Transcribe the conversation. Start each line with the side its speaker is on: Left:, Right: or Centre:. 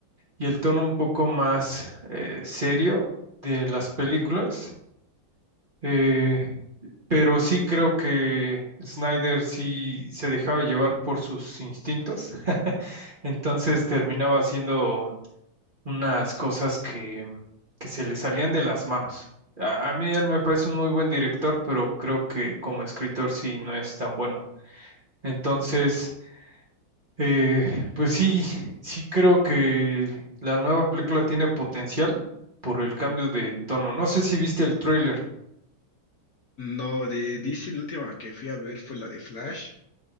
Right: y el tono un poco más eh, serio de las películas. Eh, pero sí creo que Snyder sí se dejaba llevar por sus instintos. <laughs> Entonces terminaba haciendo unas cosas que, que se le salían de las manos. A, a mí él me parece un muy buen director, pero creo que como escritor sí no es tan bueno. Entonces, eh, pues sí, sí creo que la nueva película tiene potencial por el cambio de tono. No sé si viste el tráiler.
Left: No, de DC la última que fui a ver fue la de Flash,